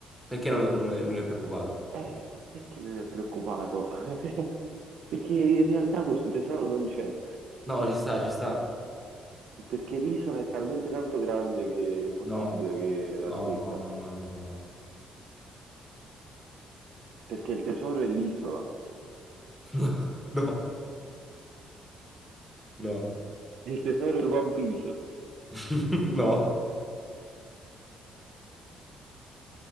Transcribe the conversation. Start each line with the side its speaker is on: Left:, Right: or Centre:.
Centre: Perché non, non- non è, non è preoccupato?
Right: Eh, perché non è preoccupato? <laughs> Perché in realtà questo tesoro non c'è.
Centre: No, ci sta, ci sta.
Right: Perché l'isola è talmente tanto grande che è impossibile
Centre: No,
Right: che la
Centre: no,
Right: secca.
Centre: no, no, no, no, no.
Right: perché il tesoro è l'isola,
Centre: <laughs> No, no,
Right: e il tesoro è One Piece.
Centre: <laughs> no.